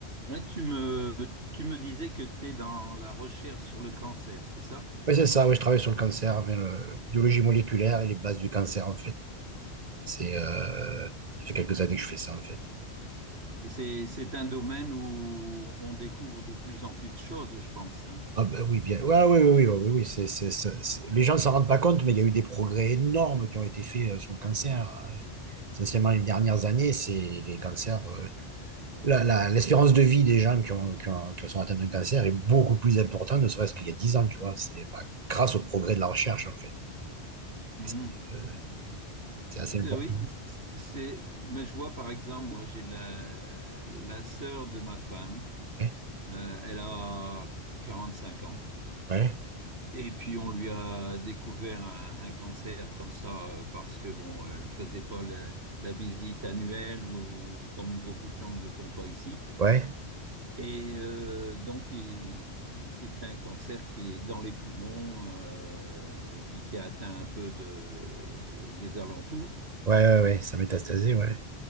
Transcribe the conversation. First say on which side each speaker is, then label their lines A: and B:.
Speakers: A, on the right; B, on the right.
A: Ouais, tu me, tu me disais que tu es dans la recherche sur le cancer, c'est ça?
B: Oui, c'est ça, oui, je travaille sur le cancer, avec la biologie moléculaire et les bases du cancer, en fait. C'est, euh, ça fait quelques années que je fais ça, en fait.
A: Et c'est, c'est un domaine où on découvre de plus en plus de choses, je pense, hein.
B: Ah ben oui, bien. Ouais, oui, oui, oui, oui, oui, oui, c'est, c'est, c'est- c'est- les gens ne s'en rendent pas compte, mais il y a eu des progrès énormes qui ont été faits euh, sur le cancer. Essentiellement, les dernières années, c'est les cancers. euh, la, la- l'espérance de vie des gens qui ont, qui ont- qui sont atteints d'un cancer est beaucoup plus importante, ne serait-ce qu'il y a 10 ans, tu vois. C'est bah, grâce au progrès de la recherche, en fait.
A: Mhm.
B: Et C'est euh, c'est assez important.
A: Euh, Oui, c'est, c'est- mais je vois par exemple, moi j'ai la, la sœur de ma femme,
B: Ouais,
A: euh, elle a 45 ans,
B: ouais,
A: et puis on lui a découvert un, un cancer comme ça, euh, parce que bon, elle faisait pas la, la visite annuelle, ou comme beaucoup de gens ne le font pas ici.
B: ouais,
A: Et euh, donc, il- c'est un cancer qui est dans les poumons euh, et puis qui a atteint un peu de, des alentours.
B: ouais, ouais, ouais, ouais, ça métastasé, ouais.